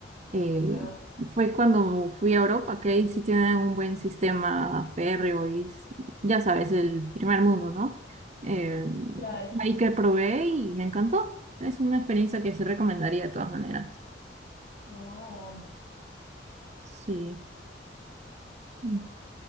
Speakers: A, on the right; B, on the left.
A: Eh,
B: Ah, ok,
A: fue cuando fui a Europa, que ahí sí tienen un buen sistema férreo y s- ya sabes, el primer mundo, ¿no? Eh,
B: claro.
A: ahí que probé y me encantó. Es una experiencia que sí recomendaría de todas maneras.
B: Ah, vale.
A: Sí. Ujú.